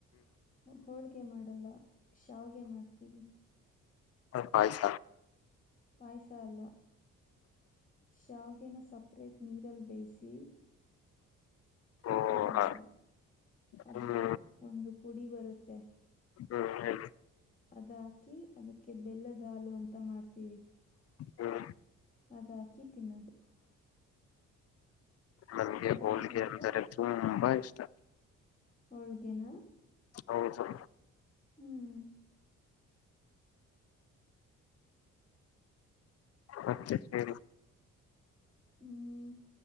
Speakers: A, on the left; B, on the left.
A: ಹೋಳ್ಗೆ ಮಾಡಲ್ಲ ಶಾವ್ಗೆ ಮಾಡ್ತೀವಿ
B: ಹ ಪಾಯಸ
A: ಪಾಯಸ ಅಲ್ಲ ಶಾವಗೆೇನ ಸಪ್ ಸಪ್ರೇಟ್ ನೀರಲ್ಲಿ ಬೇಯಿಸಿ
B: ಓ
A: ಎತ್ತಿಳದದು
B: ಹ
A: ಅದಕ್ಕೆ
B: ಹ್ಮ್
A: ಒಂದು ಪುಡಿ ಬರುತ್ತೆ
B: ಹ್ಮ ಹೇಳ
A: ಅದ್ ಹಾಕಿ ಅದಕ್ಕೆ ಬೆಲ್ಲದ ಹಾಲು ಅಂತ ಮಾಡ್ತೀವಿ
B: ಹ್ಮ್
A: ಅದಾಕಿ ತಿನ್ನೋದು
B: ನಂಗೆ
A: ಅದ್ರ
B: ಹೋಳಿಗೆ
A: ಜೊತೆ
B: ಅಂದರೆ ತುಂಬಾ ಇಷ್ಟ
A: ಹೋಳ್ಗೆನ
B: ಹೌದ
A: ಹ್ಮ್
B: ಮತ್ತೆ ಹೇಳಿ
A: ಹ್ಮ್